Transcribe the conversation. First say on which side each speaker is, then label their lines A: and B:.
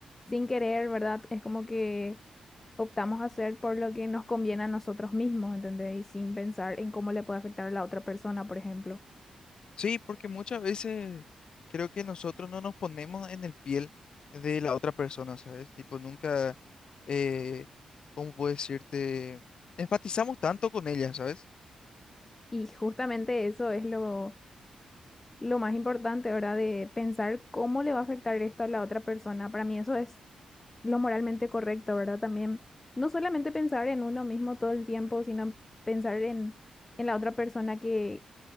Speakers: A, on the left (about 15°); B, on the left (about 45°).
A: sin querer, ¿verdad? Es como que optamos a hacer por lo que nos conviene a nosotros mismos, ¿entendés? Y sin pensar en cómo le puede afectar a la otra persona, por ejemplo.
B: Sí, porque muchas veces creo que nosotros no nos ponemos en el piel de la otra persona, ¿sabes? Tipo, nunca, eh, ¿cómo puedo decirte? Enfatizamos tanto con ella, ¿sabes?
A: Y justamente eso es lo, lo más importante, ¿verdad? De pensar cómo le va a afectar esto a la otra persona. Para mí eso es lo moralmente correcto, ¿verdad? También no solamente pensar en uno mismo todo el tiempo, sino pensar en, en la otra persona que,